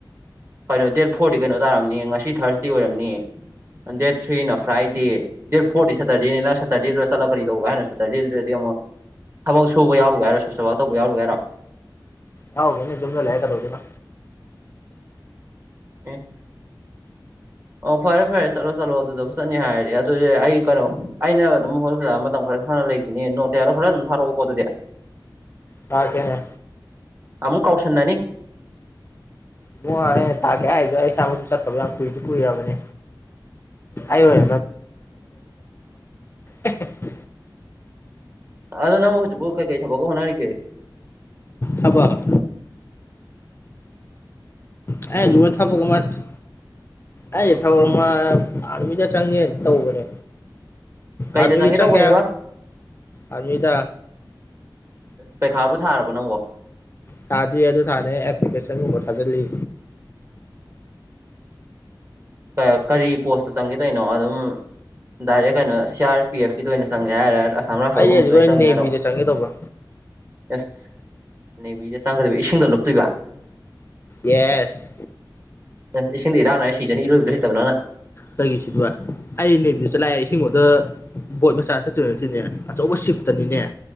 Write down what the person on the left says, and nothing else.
ꯌꯥꯎꯒꯦꯅꯦ ꯌꯨꯝꯗ ꯂꯩꯔ ꯀꯩꯗꯧꯗꯣꯏꯅꯣ
ꯊꯥꯔꯛꯀꯦꯍꯦ
<unintelligible> ꯑꯩꯅ ꯊꯥꯀꯦ ꯍꯥꯗꯨ ꯑꯩ ꯏꯁꯥꯃꯛꯁꯨ ꯆꯠꯇꯕ ꯌꯥꯝ ꯀꯨꯏꯗꯤ ꯀꯨꯏꯔꯕꯅꯦ꯫ ꯑꯩ <unintelligible>
ꯊꯕꯛ <unintelligible> ꯊꯕꯛ ꯑꯃꯁ ꯑꯩ ꯊꯕꯛ ꯑꯃ ꯑꯔꯃꯤꯗ ꯆꯪꯒꯦ ꯇꯕꯅꯦ꯫
ꯑꯔꯃꯤꯒꯤ ꯆꯪꯒꯦ
ꯑꯔꯃꯤꯗ
ꯊꯥꯗꯤ ꯑꯗꯨ ꯊꯥꯅꯦ ꯑꯦꯄ꯭ꯂꯤꯀꯦꯁꯟꯒꯨꯝꯕ ꯊꯥꯖꯤꯜꯂꯤ꯫
ꯑꯩ
ꯍꯧꯖꯤꯛ
ꯑꯩ
ꯅꯦꯚꯤꯗ
ꯆꯪꯒꯦ ꯇꯧꯕ
ꯌꯦꯁ
ꯀꯩꯒꯤ ꯁꯤꯗꯨꯕ ꯑꯩ ꯅꯦꯕꯤꯗ <unintelligible> ꯕꯣꯠ ꯃꯆꯥ ꯆꯠꯇꯣꯏ ꯅꯠꯇꯦꯅꯦ ꯑꯆꯧꯕ ꯁꯤꯐꯇꯅꯤꯅꯦ꯫